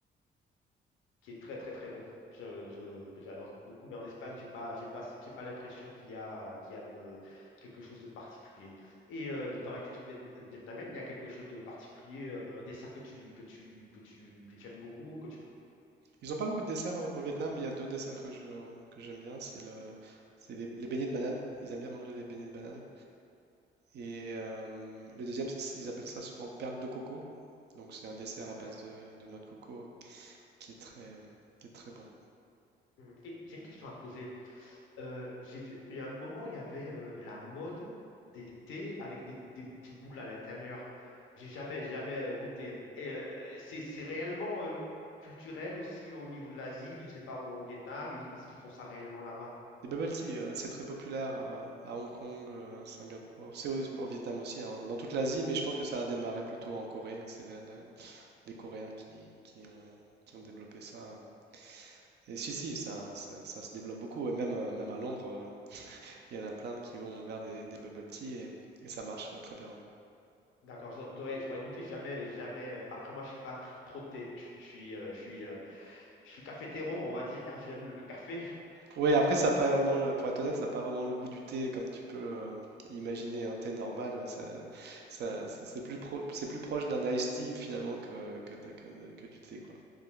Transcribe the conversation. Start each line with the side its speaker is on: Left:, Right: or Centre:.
Left: qui est très très très bon, je, je- que j'adore beaucoup. Mais en Espagne,
Right: mm.
Left: j'ai pas, j'ai pas, j'ai pas l'impression qu'il y a, qu'il y a de, quelque chose de particulier. Et euh, dans la cuisine viet- vietnamienne, il y a quelque chose de particulier, euh, un dessert que tu, que tu, que tu, que tu aimes beaucoup, que tu.
Right: Ils n'ont pas beaucoup de desserts au, au Vietnam, mais il y a deux desserts que je, que j'aime bien. C'est le, c'est les, les beignets de banane. Ils aiment bien manger les beignets de banane. Et euh, le deuxième, ça, ils appellent ça souvent perles de coco. Donc c'est un dessert
Left: Ah,
Right: à base
Left: perle.
Right: de, de noix de coco qui est très, qui est très bon.
Left: Mhm. Et j'ai une question à te poser. Euh, j'ai vu, il y a un moment, il y avait euh, la mode des thés avec des, des petites boules à l'intérieur. J'ai jamais, jamais euh, goûté. Et, euh, c'est, c'est réellement euh, culturel aussi au niveau de l'Asie. Je sais pas, au Vietnam, ils- est-ce qu'ils font ça réellement là-bas?
Right: Des bubble tea, euh, c'est très populaire euh, à Hong Kong, euh, Singapour, c'est au, au Vietnam aussi, hein, dans toute l'Asie, mais je pense que ça a démarré plutôt en Corée. C'est la- la- les Coréens qui, qui ont, qui ont développé ça. Et si, si, ça, ça, ça se développe beaucoup. Et même, euh, même à Londres, euh, il y en a plein qui ont ouvert des, des bubble tea et, et ça marche euh, très bien. ouais.
Left: D'accord, je- j'aurais j'aurais goûté jamais, jamais. euh, Après, moi, je suis pas tr- trop thé. Je suis, euh, je suis, euh, je suis cafétéro, on va dire. <laughs> J'aime le café.
Right: Oui, après, ça n'a pas vraiment, le- pour être honnête, ça n'a pas vraiment le goût du thé comme tu peux euh, imaginer un thé normal. euh, Ça, ça- ça- c'est plus pro- c'est plus proche d'un iced tea finalement que, que, de- que de- que du thé, quoi.